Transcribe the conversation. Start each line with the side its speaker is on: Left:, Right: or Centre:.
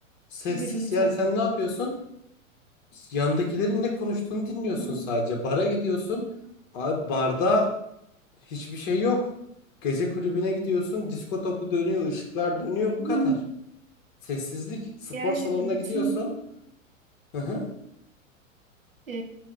Left: Sessiz
Right: Gürültü.
Left: yani sen
Right: <laughs>
Left: ne yapıyorsun? Yandakilerin ne konuştuğunu dinliyorsun
Right: Hmm.
Left: sadece. Bara gidiyorsun. Abi barda hiçbir şey yok. Gece kulübüne gidiyorsun. Disko topu dönüyor, ışıklar dönüyor bu
Right: Hmm.
Left: kadar. Sessizlik. Spor
Right: Gerçekten
Left: salonuna
Right: bütün
Left: gidiyorsun. Hı hı.
Right: e,